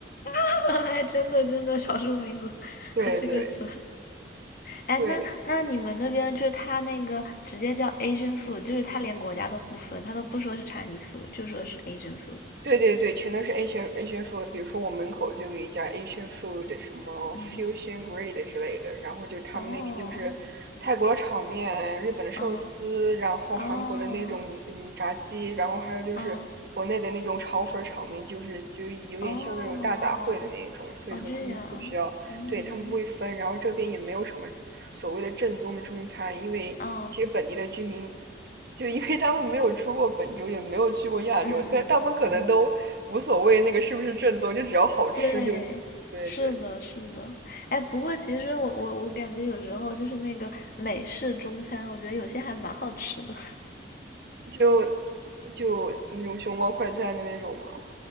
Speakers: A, on the left; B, on the right.
A: <laughs> 哎，真的真的，少数民族 <laughs>
B: <laughs> 对对
A: 和这个词。哎，
B: 对。
A: 那那你们那边就是他那个直接叫 Asian food，就是他连国家都不分，他都不说是 Chinese food，就说是 Asian food。
B: 对对对，全都是 Asian Asian food。比如说我门口就有一家 Asian food，什么
A: 嗯，
B: Fusion g r a d e 之类的，然后就他们那边就是泰国的炒面、
A: 哦，
B: 日本的寿司，
A: 嗯，
B: 然后韩国的那种嗯炸鸡，
A: 啊
B: 然后还有就是国内的那种炒粉儿炒面，
A: 啊
B: 就是就有点像那种大杂烩的那种，
A: 哦，
B: 所以说他们不需要对，
A: 哦，这样，嗯，
B: 他们不会分，然后这边也没有什么所谓的正宗的中餐，因为其实本地的居民，
A: 嗯
B: 就因为他们没有出过本州，也没有去过亚洲，
A: 嗯嗯嗯，
B: 但他们可能都无所谓那个是不是正宗，就只要好吃就行。
A: 对，
B: 对对，
A: 是的，是的。哎，不过其实我我我感觉有时候就是那个美式中餐，我觉得有些还蛮好吃的。
B: 就就那种熊猫快餐的那种嘛。